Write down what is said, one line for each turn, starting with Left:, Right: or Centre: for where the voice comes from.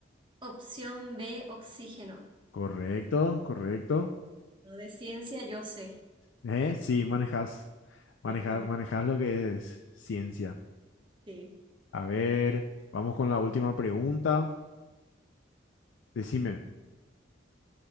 Right: Opción B, oxígeno.
Left: Correcto, correcto.
Right: No, de ciencia yo sé.
Left: Eh, Sí, manejas, manejas,
Right: Sí, manejo.
Left: manejas lo que es ciencia.
Right: Sí,
Left: A ver, vamos con la última pregunta. Decime,